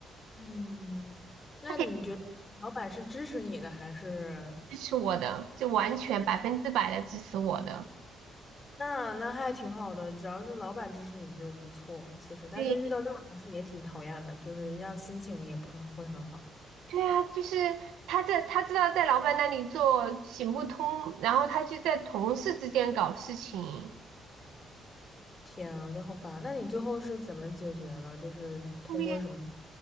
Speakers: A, on the left; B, on the right.
A: 嗯，那你觉得老板是支持你的还是？
B: 他肯定支持我的，就完全百分之百的支持我的。
A: 那那还挺好的，只要是老板支持你就不错。其实，但是遇到这种同事也挺讨厌的，
B: 对
A: 就是让心情也不是会很好。
B: 对啊，就是他在他知道在老板那里做行不通，然后他就在同事之间搞事情。
A: 天啊，我觉得好烦啊。那你最后是怎么解决的？就是通过什么
B: 后面。